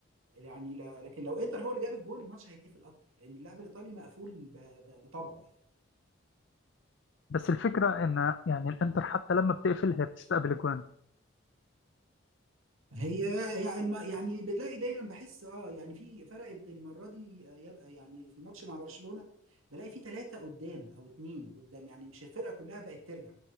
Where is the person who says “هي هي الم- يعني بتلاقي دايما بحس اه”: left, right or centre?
Right